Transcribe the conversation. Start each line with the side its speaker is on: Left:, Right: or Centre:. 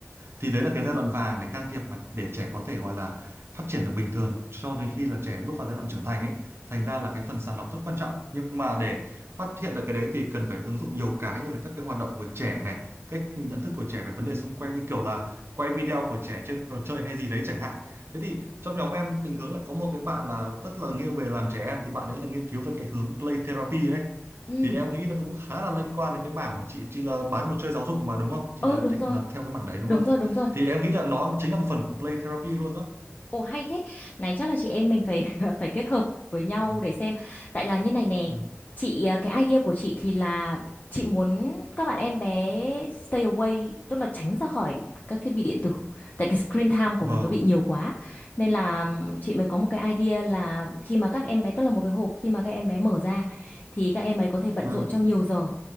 Right: thì đấy là cái giai đoạn vàng để can thiệp mà để trẻ có thể gọi là phát triển được bình thường cho đến khi là trẻ bước vào giai đoạn trưởng thành ấy thành ra là cái phần sàng lọc rất quan trọng nhưng mà để phát hiện được cái đấy thì cần phải ứng dụng nhiều cái như là các cái hoạt động của trẻ này cách nhận thức của trẻ về vấn đề xung quanh như kiểu là quay video của trẻ chơi đồ chơi hay gì đấy chẳng hạn thế thì trong nhóm em định hướng lại có một cái bạn là rất là nghiêng về làm trẻ em thì bạn ấy là nghiên cứu về cái hướng play therapy đấy
Left: ừ
Right: thì em nghĩ nó cũng khá là liên quan đến cái mảng mà chị chị là bán đồ chơi giáo dục mà đúng không chị
Left: ừ
Right: đã
Left: đúng
Right: định
Left: rồi
Right: là theo cái mảng đấy đúng
Left: đúng
Right: không
Left: rồi đúng rồi
Right: thì em nghĩ là nó chính là một phần của play therapy luôn đó
Left: Ồ hay thế. Này chắc là chị em mình phải <laughs> phải kết hợp với nhau
Right: vâng
Left: để xem. Tại là như này nè,
Right: vâng
Left: chị ờ, cái idea của chị thì là chị muốn các bạn em bé stay away, tức là tránh ra khỏi các thiết bị điện tử. Tại cái screen time của
Right: vâng
Left: mình nó bị nhiều quá. Nên là ừm, chị mới có một cái idea là khi mà các em bé tức là một cái hộp khi mà các em bé mở ra thì các em ấy có thể bận
Right: vâng
Left: rộn trong nhiều giờ.